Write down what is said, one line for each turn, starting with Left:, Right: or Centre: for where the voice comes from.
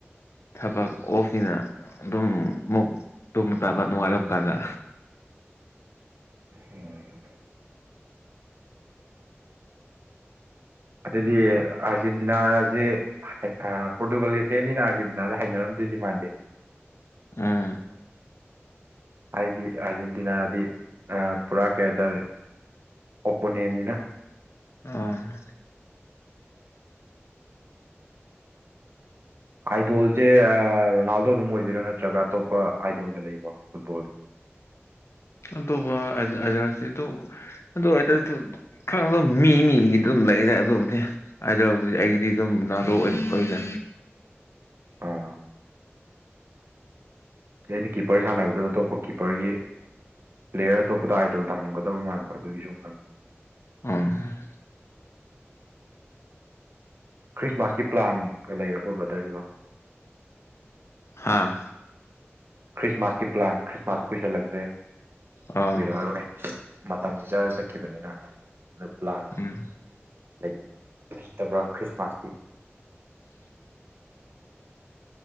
Left: ꯊꯕꯛ ꯑꯣꯐꯅꯤꯅ ꯑꯗꯨꯝ ꯃꯨꯛ ꯇꯨꯝꯅ ꯇꯥꯕ ꯅꯣꯡꯉꯥꯜꯂꯛꯒꯥꯟꯗ ꯀꯥꯟꯗ
Right: ꯎꯝ <inaudible> ꯑꯗꯨꯗꯤ ꯑꯥꯔꯖꯦꯟꯇꯤꯅꯥꯁꯦ ꯄꯣꯔꯇꯨꯒꯜꯒꯤ ꯐꯦꯟꯅꯤꯅ ꯑꯥꯔꯖꯦꯟꯇꯤꯅꯥꯗ ꯍꯩꯅꯅꯔꯝꯗꯣꯏꯗꯤ ꯃꯥꯟꯗꯦ
Left: ꯑꯝ
Right: ꯍꯥꯏꯗꯤ ꯑꯥꯔꯖꯦꯟꯇꯤꯅꯥꯗꯤ ꯄꯨꯔꯥ ꯀꯩ ꯍꯥꯏꯇꯥꯔꯦ ꯑꯣꯄꯣꯅꯦꯟꯅꯤꯅ
Left: ꯑꯝ
Right: ꯑꯥꯏꯗꯣꯜꯁꯦ ꯔꯣꯅꯥꯜꯗꯣ ꯑꯗꯨꯝ ꯑꯣꯏꯗꯣꯏꯔꯥ ꯅꯠꯇ꯭ꯔꯒ ꯑꯇꯣꯞꯄ ꯑꯥꯏꯗꯣꯜꯒ ꯂꯩꯕ꯭ꯔꯣ ꯐꯨꯠꯕꯣꯜꯒꯤ
Left: ꯑꯇꯣꯞꯁꯤ <unintelligible> ꯑꯗꯨꯗ ꯈꯪꯗꯦ ꯃꯤ ꯃꯤꯒꯤꯗ ꯑꯗꯨꯝ ꯂꯩꯔꯦ ꯑꯗꯨꯕꯨꯗꯤ <unintelligible> ꯑꯩꯒꯤꯗꯤ ꯑꯗꯨꯝ ꯔꯣꯅꯥꯜꯗꯣ ꯑꯣꯢꯔꯦ
Right: ꯑꯥ ꯑꯩꯅ ꯀꯤꯞꯄꯔ ꯁꯥꯟꯅꯕꯗꯨꯗ ꯑꯇꯣꯞꯄ ꯀꯤꯞꯄꯔꯒꯤ ꯄ꯭ꯂꯦꯌꯔ ꯑꯇꯣꯞꯄꯗ ꯑꯥꯏꯗꯜ ꯊꯝꯒꯗꯕ ꯃꯥꯟꯕ ꯑꯗꯨꯒꯤ ꯁꯨꯝ ꯍꯪꯕ
Left: ꯑꯝ
Right: ꯈ꯭ꯔꯤꯁꯃꯥꯁꯀꯤ ꯄ꯭ꯂꯥꯟꯒ ꯂꯩꯔꯕꯣ ꯕ꯭ꯔꯗꯔꯁꯤꯕꯣ
Left: ꯍꯥꯥ
Right: ꯈ꯭ꯔꯤꯁꯃꯥꯁꯀꯤ ꯄ꯭ꯂꯥꯟ ꯈ꯭ꯔꯤꯃꯥꯁꯁꯨ ꯀꯨꯏꯁꯜꯂꯛꯇ꯭ꯔꯦ
Left: ꯑꯥ
Right: ꯌꯥꯔꯣꯏ ꯃꯇꯝꯗꯤ ꯆꯔ ꯆꯠꯈꯤꯕꯅꯤꯅ ꯑꯗꯨ ꯄ꯭ꯂꯥꯟ
Left: ꯎꯝ
Right: ꯂꯩ ꯂꯩꯇꯕ꯭ꯔꯥ ꯈ꯭ꯔꯤꯁꯃꯥꯁꯀꯤ